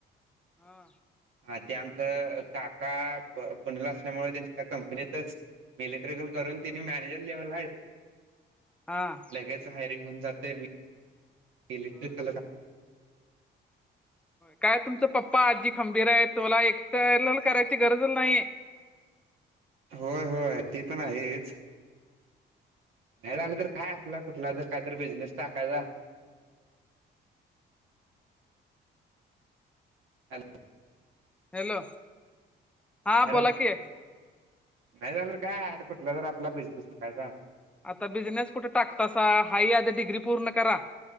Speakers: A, in the centre; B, on the right.
A: हा
B: हा ते आमचं काका पुण्याला असल्यामुळ त्यांच्या कंपनीतच इलेक्ट्रिकल करून तिनी
A: हा
B: मॅनेजर लेवलला हायत.
A: हा
B: हायरिंग होऊन जात मी‌ इलेक्ट्रिकल
A: होय. काय तुमच पप्पा आजी खंबीर आहे. तुला एस्टनल करायची गरजच नाही.
B: होय होय ते पण आहेच. नाही झालं तर काय, आपला कुठला तर काय बिझनेस टाकायचा. हॅलो
A: हॅलो हा
B: हॅलो
A: बोला की
B: नाही झाल काय आता कुठला तर आपला बिझनेस टाकायचा.
A: आता बिझनेस कुठे टाकतासा. हाई आधी डिग्री पूर्ण करा.